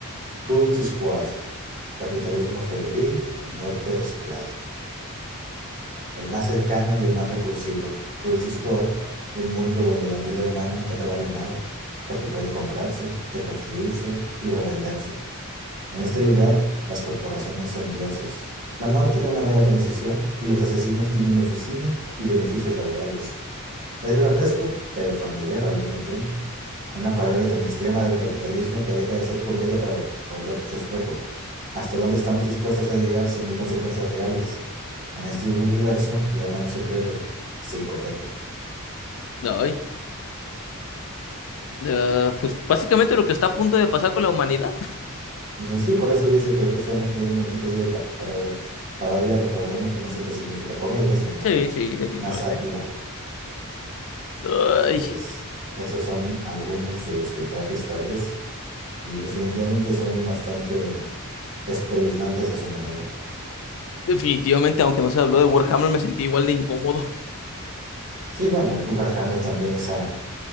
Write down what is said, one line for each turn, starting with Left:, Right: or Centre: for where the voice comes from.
Right: Cruelty Squad. Capitalismo febril y muerte reciclada. El más cercano y el más repulsivo. Cruelty Squad. Un mundo donde la vida humana ya no vale nada, porque puede comprarse, reconstruirse y revenderse. En este lugar, las corporaciones son dioses. La muerte es una mera transición y los asesinos tienen oficina y beneficios laborales. Es grotesco, pero familiar al mismo tiempo. Una parodia tan extrema del capitalismo que deja de ser comedia para volverse espejo. ¿Hasta dónde estamos dispuestos a llegar si no hay consecuencias reales? En este universo, el alma no se pierde, se hipoteca.
Left: Ay. Ah, pues básicamente lo que está a punto de pasar con la humanidad.
Right: De- Sí, por eso dice que justamente es una especie de parodia. Parodia, recordemos que no siempre significa comedia, sino
Left: Sí,
Right: un-
Left: sí, definitivamente.
Right: una sátira.
Left: Ay,
Right: Entonces, esos son algunos de los que traje esta vez. y definitivamente son bastante espeluznantes a su manera.
Left: definitivamente, aunque no se habló de Warhammer, me sentí igual de incómodo.
Right: Sí, bueno, tu Warhammer también, esa